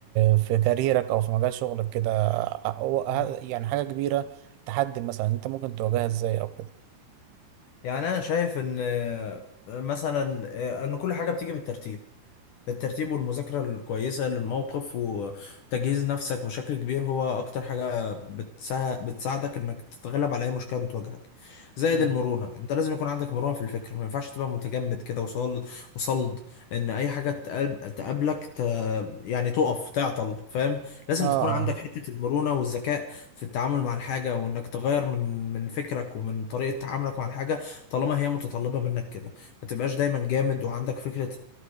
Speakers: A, on the right; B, on the left.
A: في كاريرك أو في مجال شغلك كده آه، هو-
B: مم.
A: ه- يعني حاجة كبيرة تحدي مثلا أنت ممكن تواجهها إزاي أو كده
B: يعني انا شايف ان آه، مثلا آه، ان كل حاجة بتيجي بالترتيب الترتيب والمذاكرة الكويسة للموقف وتجهيز نفسك بشكل كبير هو أكتر حاجة بتسا... بتساعدك إنك تتغلب على أي مشكلة بتواجهك زائد
A: مم.
B: المرونة أنت لازم يكون عندك مرونة في الفكر ما ينفعش تبقى متجمد كده وصل وصلد إن أي حاجة تقل- تقابلك ت... يعني تقف تعطل فاهم لازم
A: اه
B: تكون عندك حتة المرونة والذكاء في التعامل مع الحاجة وإنك تغير من من فكرك ومن طريقة تعاملك مع الحاجة طالما هي متطلبة منك كده ما تبقاش دايما جامد وعندك فكرة